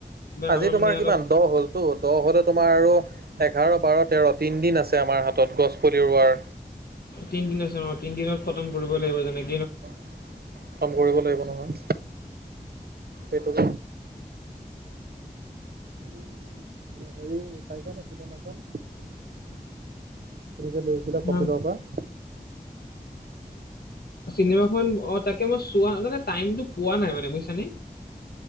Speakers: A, on the right; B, on the left.
A: আজি
B: আমাৰ
A: তোমাৰ
B: মানে অলপ
A: কিমান দহ হ'লতো? দহ হ'লে তোমাৰ আৰু এঘাৰ, বাৰ, তেৰ তিনদিন আছে আমাৰ হাতত গছ পুলি ৰুৱাৰ।
B: তিনদিন আছে অ তিনদিনত খতম কৰিবই লাগিব যেনেকে।
A: <unintelligible> খতম কৰিব লাগিব নহয় সেইটোকে উম, উম। এ হেৰি চাইছানে চিনেমাখন? তুমি যে লৈ তেতিয়া
B: উম
A: প্ৰকৃতৰ পৰা।
B: চিনেমাখন অ তাকে মই চোৱা মানে টাইমটো পোৱা নাই মানে বুইছানে?